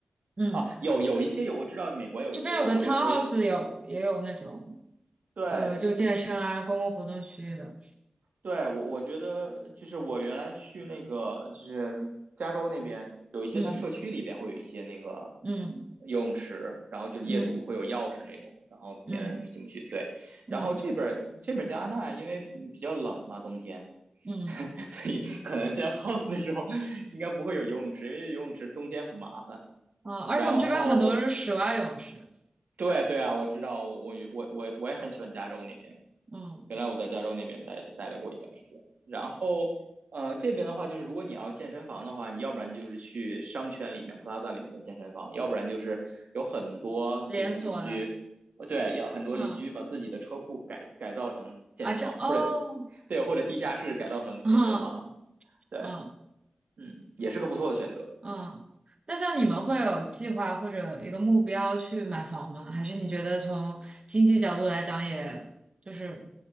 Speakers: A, on the right; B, on the right.
A: 嗯，
B: 啊，有有一些有，我知道美国有一些有，
A: 这边有的
B: 我原我原
A: townhouse 有也有那种
B: 对对
A: 呃就健身啊、公共活动区域的，
B: 对，我我觉得就是我原来去那个就是加州那边有一些，
A: 嗯。
B: 它社区里边会有一些那个
A: 嗯
B: 游泳池，然后就是业主会有钥匙那种，
A: 嗯
B: 然后别人是进不去。
A: 嗯
B: 对，
A: 嗯
B: 然后这边儿这边儿加拿大因为比较冷嘛，冬天，
A: 嗯，
B: <laughs>
A: 嗯
B: 所以可能建 house 的时候应该不会有游泳池，因为游泳池冬天很麻烦。
A: 哦，而且我们这边很多是室外泳池，
B: 然后对对啊，我知道，我我我我我也很喜欢加州那边。
A: 嗯，
B: 原来我在加州那边待待了过一段时间，然后呃这边的话，就是如果你要健身房的话，你要不然就是去商圈里面 p l a 里面的健身房，要不然就是有很多这边的邻居，
A: 连锁的，
B: 呃对，要很多邻居把自己的车库改改造成健身房，
A: 嗯啊，这哦，
B: 或者对，或者地下室改造成健身房，
A: 嗯
B: 对，
A: 嗯
B: 嗯，也是个不错的选择，
A: 嗯，那像你们会有计划或者一个目标去买房吗？还是你觉得从经济角度来讲，也就是